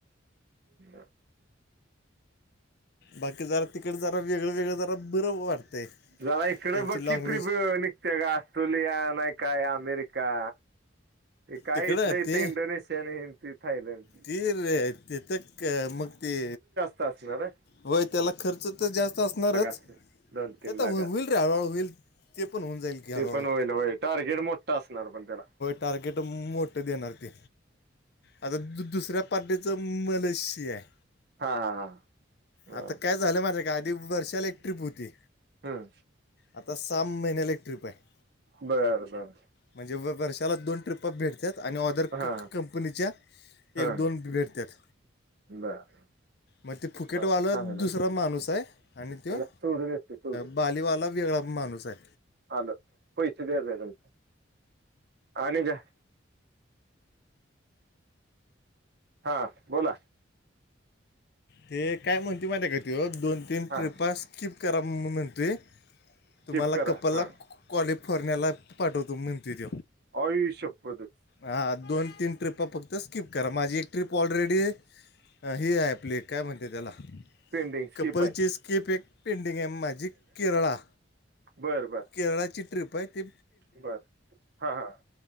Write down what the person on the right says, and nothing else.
हम्म
जरा इकडे
बघ
की ट्रीप निघते का ऑस्ट्रेलिया नाही काय अमेरिका? ते काय
इथल्या
इथं
इंडोनेशिया नी थायलंड.
साचणारे.
असेल दोन तीन
लाख
असेल
ते पण होईल होय टार्गेट मोठा असणार पण त्याला.
हा हा हा बर
हम्म
बर बर!
हा
हा
बर!
बर चांगलं
त्याला
सोडून येते सोडून
आलो पैसे द्यायचे तुमचं आणि काय? हा बोला?
हा
स्किप
करा
हा
आई शप्पथच.
पेंडिंग स्किप
आहे
बरं बर!
बर हा हा!